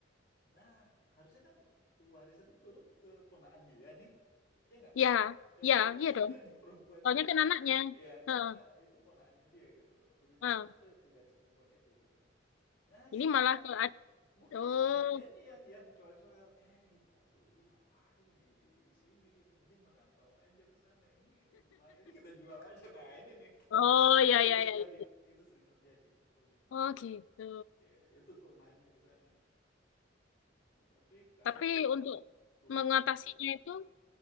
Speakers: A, on the left; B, on the left.
A: Nah, harusnya kan warisan itu turun ke ponaan dia nih. Ya enggak?
B: Ya,
A: Ya
B: ya,
A: kan?
B: iya
A: <laughs>
B: dong.
A: Karena dia perempuan
B: Soalnya
A: juga kan.
B: kan anaknya.
A: Ya, karena
B: Heeh,
A: itu ponaannya dia gitu loh. Turunnya
B: heeh.
A: harusnya ke, ke garis perempuan itu gitu loh. Nah, si
B: Ini
A: mama
B: malah ke
A: Bukan,
B: oh,
A: mamanya ini yang yang coel-coel, "Eh, da lu ngapain di sini?" gitu, "Mending merantau aja ke sana, ini rumah ini kita jual aja." Nah, ini nih, <laughs>
B: oh
A: itu yang
B: ya
A: sering
B: ya
A: terjadi,
B: ya. itu.
A: itu sering terjadi kalau di Sumatera
B: Oh
A: Barat.
B: gitu.
A: Ya, itu kelemahannya di sana. Tapi kalau
B: Tapi untuk
A: keluarganya
B: mengatasinya
A: kuat, enggak.
B: itu